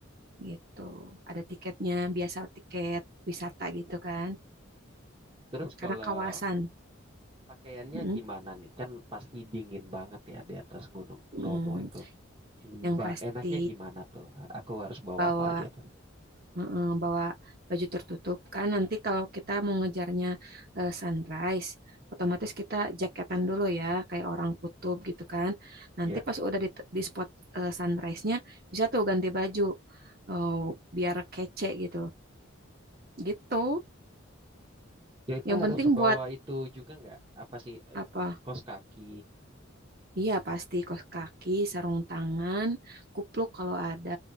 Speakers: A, on the right; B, on the right.
A: Gitu. Ada tiketnya, biasa tiket wisata gitu kan.
B: Terus kalau
A: Karena kawasan.
B: pakaiannya
A: Mm,
B: gimana nih? Kan pasti dingin banget ya di atas Gunung
A: mm.
B: Bromo itu.
A: Yang
B: Ba-
A: pasti
B: enaknya gimana tuh? Aku harus bawa
A: bawa
B: apa aja tuh?
A: Heeh, bawa baju tertutup kan nanti kalau kita mau ngejarnya eh, sunrise otomatis kita jaketan dulu ya kayak orang kutub gitu kan nanti
B: Ya,
A: pas udah di, di spot eh, sunrise-nya bisa tuh ganti baju eh, biar kece gitu gitu
B: kita
A: yang
B: harus
A: penting
B: bawa
A: buat
B: itu juga nggak? Apa sih? eh,
A: apa
B: Kaos kaki.
A: iya pasti kaos kaki sarung tangan kupluk kalau ada